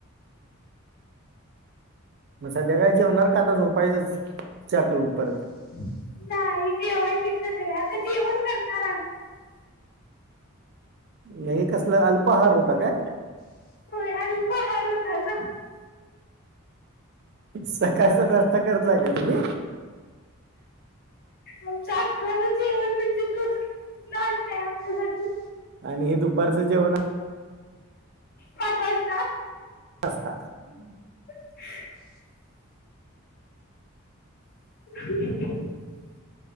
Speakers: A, on the right; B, on the left.
A: मग संध्याकाळी जेवणार का, आता झोपायचं चा पिऊन परत.
B: <unintelligible>
A: नाही हे कसला, अल्पाहार होता काय?
B: <unintelligible>
A: सकाळचा नाश्ता करताय का तुम्ही?
B: आमच अकराला जेवण म्हणजे तोच कि. नाश्ताये आमच्यासाठी.
A: आणि हे दुपारचं जेवण
B: काय करता.
A: <unintelligible>
B: <inaudible> <inaudible>